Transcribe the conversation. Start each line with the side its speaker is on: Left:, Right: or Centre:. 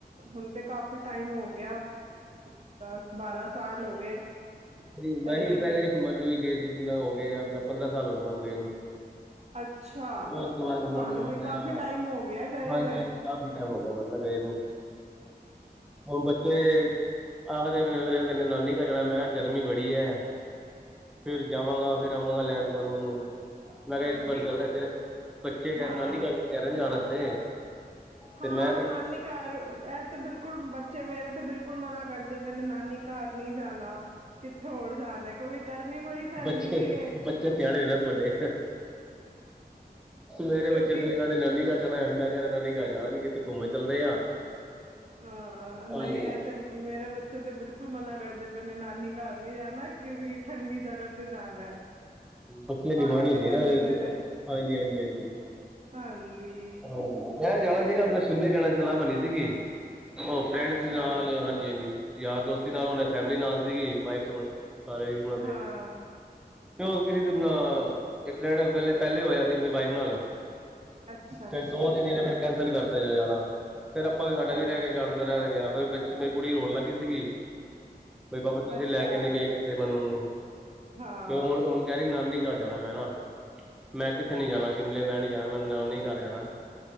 Right: ਹੁਣ ਤੇ ਕਾਫੀ ਟਾਈਮ ਹੋ ਗਿਆ। ਗਿਆ, ਦਸ -ਬਾਰਾਂ ਸਾਲ ਹੋ ਗਏ।
Centre: ਹਾਂਜੀ, ਮੈਂ
Right: ਪਹਿਲਾਂ
Centre: ਹੀ ਪਹਿਲੇ
Right: ਗਏ
Centre: ਮੈਨੂੰ ਵੀ ਗਏ ਸੀ ਵੀ ਮੈਂ ਹੋ ਗਏ ਆਪਣਾ ਪੰਦਰਾਂ ਸਾਲ ਹੋ ਗਏ ਮੈਨੂੰ ਗਏ ਨੂੰ
Right: ਅੱਛਾ
Centre: ਉਹ ਇਸ ਵਾਰ
Right: ਤੁਹਾਨੂੰ
Centre: ਹੋਰ ਸੋਚ
Right: ਵੀ
Centre: ਰਹੇ
Right: ਕਾਫੀ
Centre: ਹਾਂ,
Right: ਟਾਈਮ ਹੋ ਗਿਆ ਗਏ
Centre: ਹਾਂਜੀ
Right: ਹੋਏ
Centre: -ਹਾਂਜੀ। ਕਾਫ਼ੀ ਟਾਈਮ ਹੋ ਗਿਆ ਮੰਨਨਾ ਗਏ ਨੂੰ, ਹੁਣ ਤੇ' ਆਖਦੇ ਮੈਨੂੰ, ਪਹਿਲਾ ਨਾਨੀ ਘਰ ਜਾਣਾ, ਮੈਂ ਕਿਹਾ ਗਰਮੀ ਬੜੀ ਹੈ ਫੇਰ ਜਾਵਾਂਗਾ, ਫੇਰ ਆਵਾਂਗਾ ਲੈਣ ਤੁਹਾਨੂੰ ਮੈਂ ਕਿਹਾ,
Right: ਹਾਂਜੀ
Centre: ਇੱਕ ਵਾਰ ਗੱਲ, ਬੱਚੇ ਕਰ
Right: ਹਾਂ
Centre: ਨਾਨੀ ਘਰ ਜਾਣ ਵਾਸਤੇ
Right: ਹਾ
Centre: ਤੇ ਮੈਂ ਤੇ
Right: ਨਾਨੀ- ਘਰ ਇਹ ਤੇ ਬਿਲਕੁਲ ਬੱਚੇ ਮੇਰੇ ਤੇ ਬਿਲਕੁਲ ਮਨਾ ਕਰਦੇ ਪਏ ਨੇ ਨਾਨੀ ਘਰ ਨਹੀ ਜਾਣਾ। ਕਿੱਥੇ ਹੋਰ ਜਾਣਾ ਕਿਉਂਕਿ ਗਰਮੀ ਬੜੀ ਪੈਂਦੀ
Centre: ਬੱਚੇ-ਬੱਚੇ
Right: ਪਈ ਏ
Centre: ਸਿਆਣੇ ਦੇ ਨਾ ਤੁਹਾਡੇ ਮੇਰੇ
Right: ਕਿਉਂਕਿ
Centre: ਬੱਚੇ ਸਹੀ ਕਹਿੰਦੇ ਨੇ ਨਾਨੀ ਘਰ। ਜਾਣਾ, ਮੈਂ ਕਿਹਾ ਨਾਨੀ ਘਰ ਜਾਣਾ ਨੀ ਕਿਤੇੇ ਘੁੰਮਣ। ਚੱਲਦੇ ਆ
Right: ਹਾਂ ਨਹੀਂ
Centre: ਹਾਂਜੀ
Right: ਤੇ ਮੇਰੇ ਬੱਚੇ ਤੇ ਬਿਲਕੁਲ ਮਨਾ ਕਰਦੇ ਪਏ ਨੇ, ਨਾਨੀ ਘਰ ਨੀ ਜਾਣਾ। ਕਿਸੀ ਠੰਡੀ ਜਗ੍ਹਾ ਤੇ ਜਾਣਾ ਹੈ।
Centre: ਬੱਚੇ।
Right: ਪਹਾੜਾਂ
Centre: ਦੀ ਬਾਣੀ
Right: ਤੇ
Centre: ਹੁੰਦੀ
Right: ਕਹਿੰਦੇ
Centre: ਨਾ, ਹਾਂਜੀ
Right: ਪਏ ਨੇ
Centre: -ਹਾਂਜੀ -ਹਾਂਜੀ।
Right: ਹਾਂਜੀ
Centre: ਹਾਂਜੀ, ਮੈਂ ਜਾਣਾ
Right: ਤੇ
Centre: ਸੀਗਾ ਆਪਣੇ ਸ਼ਿਮਲੇ ਜਾਣੇ ਦੀ ਸਲਾਹ ਬਣੀ ਸੀਗੀ, ਉਹ ਫਰੈਂਡਸ
Right: ਅੱਛਾ
Centre: ਦੇ ਨਾਲ ਹਾਂਜੀ ਹਾਂਜੀ -ਹਾਂਜੀ, ਯਾਰ ਦੋਸਤੀ ਨਾਲ, ਫੈਮਿਲੀ ਨਾਲ ਸੀਗੀ ਵਾਈਫ ਸਾਰੇ ਉਹਨਾਂ
Right: ਹਾਂ,
Centre: ਦੇ ਅਤੇ ਕਿਸੇ ਨਾਲ, ਇੱਕ ਫਰੈਂਡ ਵੇਲੇ ਪਹਿਲੇ ਹੋਇਆ ਸੀ ਆਪਣੀ ਵਾਈਫ ਨਾਲ
Right: ਅੱਛਾ-ਅੱਛਾ,
Centre: ਤੇ' ਦੋ ਤਿੰਨ ਜੇ ਫਿਰ ਕੈਂਸਲ ਕਰਤਾ ਜਾ ਜਾਣਾ, ਫੇਰ ਆਪਾਂ ਵੀ ਸਾਡਾ ਵੀ
Right: ਅੱਛ
Centre: ਰਹਿ ਕੇ ਜਾਣ ਦਾ ਰਹਿ ਗਿਆ ਫਿਰ ਮੇਰੀ ਕੁੜੀ ਰੋਣ ਲੱਗ ਗਈ ਸੀ, ਬਈ ਪਾਪਾ ਤੁਸੀਂ
Right: ਅੱਛਾ,
Centre: ਲੈ ਕੇ ਨੀ ਗਏ, ਕਿਤੇ ਮੈਨੂੰ
Right: ਹਾਂ
Centre: <unintelligible> ਨਾਨੀ ਘਰ ਜਾਣਾ ਮੈਂ ਨਾ ਮੈਂ ਕਿੱਥੇ ਨੀ ਜਾਣਾ ਸ਼ਿਮਲੇ ਮੈਂ ਨੀ ਜਾਣਾ ਮੈਂ ਨਾਨੀ ਘਰ ਜਾਣਾ,